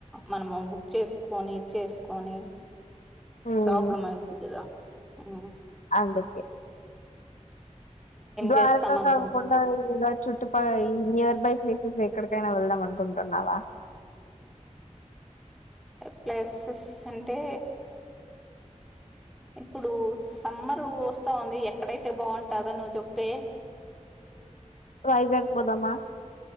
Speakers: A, in the centre; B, on the left (about 80°).
A: మనము బుక్ చేసుకొని చేసుకొని
B: ఉమ్,
A: ప్రాబ్లెమ్ అవుదికదా హ్మ్
B: అందుకే ద్వారకా
A: చేస్తాం అనుకుంటున్నాం
B: కాకుండా చూటుప ఈ నియర్ బై ప్లేసెస్ ఎక్కడికైనా వెళ్దాం అనుకుంటున్నావా
A: ప్లేసెస్ అంటే ఇప్పుడు సమ్మర్ వస్తా ఉంది ఎక్కడైతే బాగుంటాందో నువ్ చెప్పే
B: రాైజాక్ పోదమా